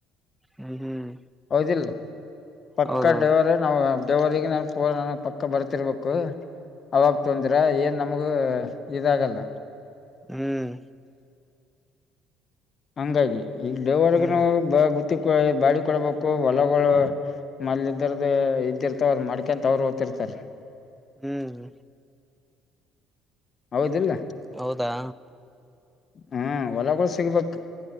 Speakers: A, in the centre; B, on the left.
A: ಹ್ಮ್ ಹ್ಮ್
B: ಹೌದ್ ಇಲ್ಲ ಪತ್ಕ
A: ಹೌದೌದು
B: ಡವರ್ ಹ ಡ್ರೈವರಿಗೆ ನನ್ ಪೂನ ನನಗ್ ಪಕ್ಕ ಬರ್ತಿರ್ಬೇಕು ಅವಾಗ ತೊಂದ್ರ ಏನ್ ನಮಗೂ ಇದಾಗಲ್ಲ
A: ಹ್ಮ್
B: ಹಂಗಾಗಿ ಈಗ ಡೈವರ್ಗೆ
A: ಹ್ಮ್
B: ನಾವು ಬಾಡಿಗೆ ಕೊಡಬೇಕು ಹೊಲಗಳು ಮನ್ಲ ಇದರದ್ದ ಇದ್ದಿರ್ತಾವ ಅವ್ರ ಮಾಡ್ಕೊಂತ ಅವರು ಓ್ತಿರ್ ಇರ್ತಾರೆ
A: ಹ್ಮ್
B: ಹೌದಿಲ್ಲ
A: ಹೌದಾ
B: ಹ್ಮ ಹೊಲಗಳ್ ಸಿಗ್ಬೇಕು